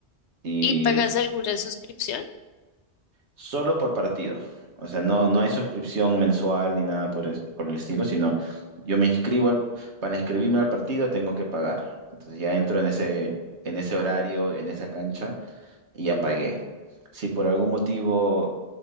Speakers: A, on the right; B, on the left.
A: Y
B: ¿Y pagas alguna suscripción?
A: solo por partido. O sea, no, no hay suscripción mensual ni nada por, es- por el estilo, sino yo me inscribo al- para inscribirme al partido tengo que pagar. Entonces ya entro en ese, en ese horario, en esa cancha y ya pagué. Si por algún motivo